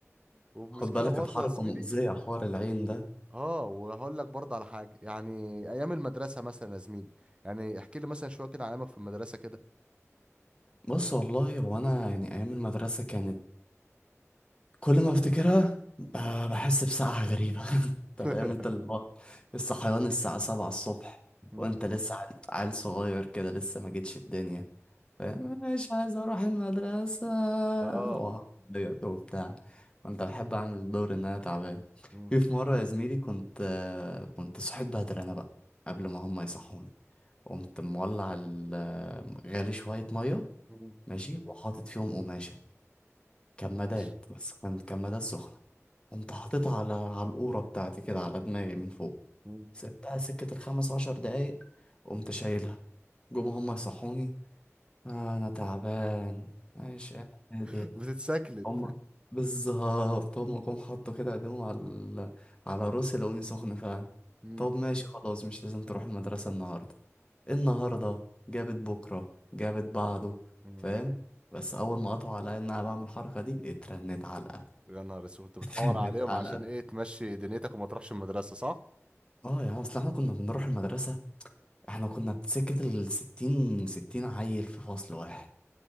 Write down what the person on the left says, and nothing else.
خد بالك
كانت حركة
مؤذية حوار العين ده
بص والله هو انا يعني ايام المدرسة كانت كل ما افتكرها ب- بحس بسقعة غريبة <laughs>
انت فاهم انت اللي هو الصحيان الساعة سبعة الصبح
وانت لسه عيل عيل صغير كده لسه ما جيتش الدنيا فاهم مش عايز اروح المدرسة
وعضيت وبتاع كنت بحب اعمل دور ان انا تعبان
في في مرة يا زميلي كنت آه، كنت صحيت بدري انا بقى قبل ما هم يصحوني قمت مولع ال- آه، غالي شوية مية
ماشي وحاطط فيهم قماشة كمادات
بس كانت كمادات سخنة قمت حاططها على على القورة بتاعتي كده على دماغي من فوق
سبتها سكة الخمس عشر دقايق قمت شايلها جم هما يصحوني آه أنا تعبان مش قادر
هما بالظبط هما جم حطوا كده ايديهم على ال- على راسي لقوني سخن فعلا
طب ماشي خلاص مش لازم تروح المدرسة النهاردة النهاردة جابت بكرة جابت بعده
فاهم بس أول ما قطعوا عليا إن أنا بعمل الحركة دي اترنت علقة
كانت
حلقة
اه يا عم، اصل احنا كنا بنروح المدرسة احنا كنا سكة الستين ستين عيل في فصل واحد